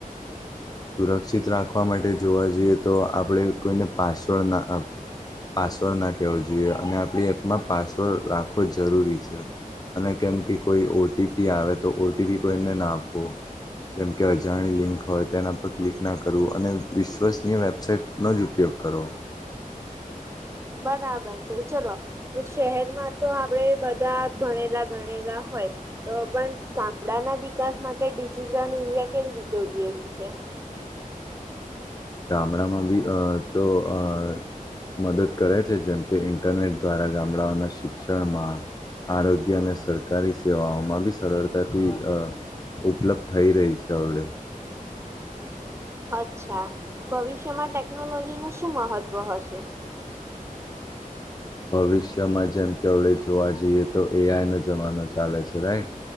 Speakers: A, on the left; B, on the right.
A: સુરક્ષિત રાખવા માટે જોવા જઈએ તો આપણે કોઈને પાસવર્ડ ના આપ પાસવર્ડ ના કહેવો જોઈએ અને આપણી એપમાં પાસવર્ડ રાખવો જરૂરી છે. અને કેમ કે કોઈ ઓ ટી પી આવે તો ઓ ટી પી કોઈને ના આપવો. જેમકે અજાણી લિંક હોય તેના પર પર ક્લિક ના કરવું અને વિશ્વસનીય વેબસાાઈટનો જ ઉપયોગ કરો.
B: બરાબર છે ચલો. શહેરમાં તો આપણે બધાં ભણેલા ગણેલા હોય. તો પણ ગામડાના વિકાસ માટે ડિજિટલ ઇન્ડિયા કેવી રીતે ઉપયોગી છે?
A: ગામડામાં બી અ તો અ મદદ કરે છે જેમ કે ઇન્ટરનેટ દ્વારા ગામડાઓના શિક્ષણમાં આરોગ્ય અને સરકારી સેવાઓમાં બી સરળતાથી ઉપલબ્ધ થઈ રહી છે હવે
B: અચ્છા ભવિષ્યમાં ટેકનોલોજીનું શું મહત્વ હશે?
A: ભવિષ્યમાં જેમ કે હવે જોવા જઈએ તો એ આઈ નો જમાનો ચાલે છે રાઈટ?